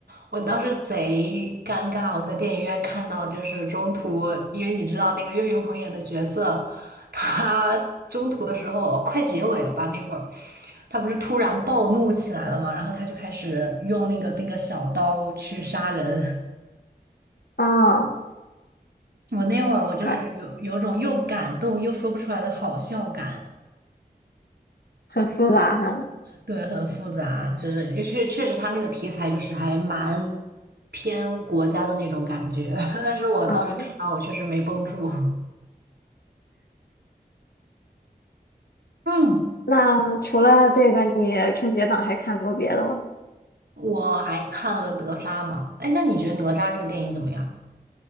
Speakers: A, on the right; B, on the left.
A: 我当时贼尴尬，我在电影院看到就是中途，因为你知道那个岳云鹏演的角色，他中途的时候，哦快结尾了吧那会儿，他不是突然暴怒起来了嘛，然后他就开始用那个那个小刀去杀人。<laughs>
B: 啊，
A: 我那会儿我就是有有种又感动又说不出来的好笑感。
B: 它很复杂哈。
A: 对，很复杂，就是因为确确实他那个题材就是还蛮偏国家的那种感觉，<laughs> 但是我当时看到我确实没绷住。
B: 嗯，
A: 嗯，
B: 那除了这个，你春节档还看过别的吗？
A: 我还看了哪吒嘛，哎，那你觉得哪吒这个电影怎么样？